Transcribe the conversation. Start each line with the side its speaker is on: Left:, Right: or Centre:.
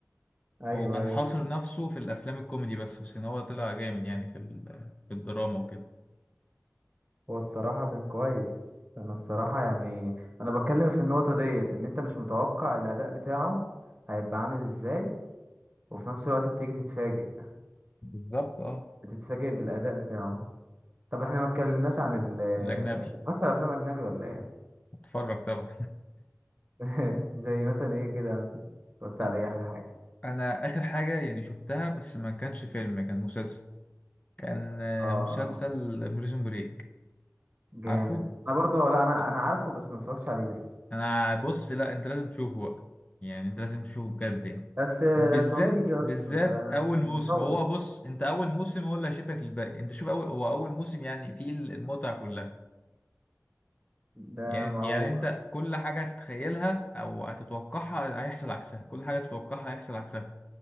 Right: ايوه
Left: هو كان
Right: ايوه
Left: حاصر نفسه في الأفلام الكوميدي بس بس كان هو طلع جامد يعني في ال- في الدراما وكده
Right: هو الصراحة كان كويس أنا الصراحة يعني أنا بتكلم في النقطة ديت إن أنت مش متوقع الأداء بتاعه هيبقى عامل إزاي وفي نفس الوقت بتيجي تتفاجئ
Left: بالظبط اه
Right: بتتفاجئ بالأداء بتاعه طب إحنا ما اتكلمناش عن ال
Left: الأجنبي
Right: <laughs> اتفرجت على أفلام أجنبي ولا إيه؟
Left: اتفرج طبعا
Right: <laughs> زي مثلا إيه كده مثلا
Left: <laughs>
Right: اتفرجت
Left: أنا
Right: على إيه آخر حاجة
Left: أنا آخر حاجة يعني شفتها بس ما كانش فيلم كان مسلسل كان آه،
Right: آه
Left: مسلسل بريزون بريك
Right: جامد
Left: عارفه؟
Right: أنا برضه لا أنا أنا عارفه بس ما اتفرجتش عليه لسه
Left: انا بص لا انت لازم تشوفه بقى يعني انت لازم تشوفه بجد يعني
Right: بس
Left: بالذات
Right: طويل يا
Left: بالذات
Right: اسطى ده
Left: اول موسم
Right: مطول
Left: هو بص انت اول موسم هو اللي هيشدك للباقي انت شوف اول هو اول موسم يعني فيه المتعه كلها
Right: ده
Left: يعني
Right: ما
Left: يعني
Right: هو
Left: انت كل حاجه هتتخيلها او هتتوقعها هيحصل عكسها كل حاجه تتوقعها هيحصل عكسها